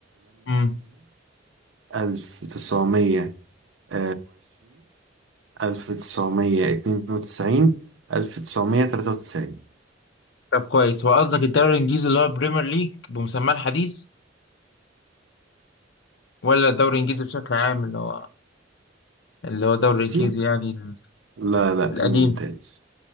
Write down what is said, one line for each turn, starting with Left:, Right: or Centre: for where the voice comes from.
Left: مم.
Right: 1920 ألف تسعمية اتنين وتسعين ألف تسعمية تلاتة وتسعين
Left: طب كويس هو قصدك الدوري الانجليزي اللي هو بريمير ليج بمسماه الحديث ولا الدوري الانجليزي بشكل عام اللي هو اللي هو الدوري الانجليزي
Right: دي
Left: يعني ال-
Right: لا لا
Left: القديم
Right: الممتاز